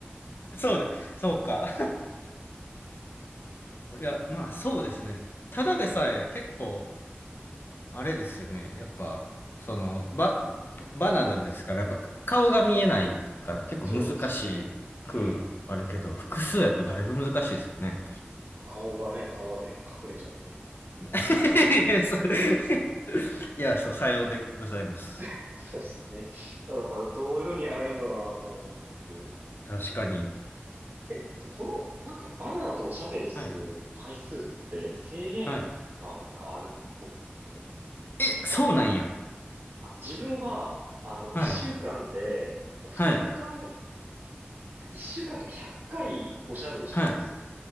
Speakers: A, on the left; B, on the right.
A: そうで、そうか。いや、まあ、そうですね。ただでさえ結構、あれですよね。やっぱ、その、ば、バナナですから、やっぱ顔が見えないから結構難しくあるけど、
B: そうですね。ええ
A: 複数やとだいぶ難しいですよね。
B: 顔がね、皮で隠れちゃってるか
A: <laughs> いや、そう、<laughs> いやそうさようでございます。
B: ら。<laughs> そうですよね。だからどういうふうにやるんだろうなと思いつつ。
A: 確かに。
B: え、あとこの、なんかバナナとおしゃべりする回数って制限がなんかあるっぽくって。
A: はい。はい。え、そうなんや。
B: あの、自分は、あの、
A: はい。
B: 一週間で、てか二日間、
A: はい。
B: 一週間とも100回おしゃべりしたんですよ。
A: はい。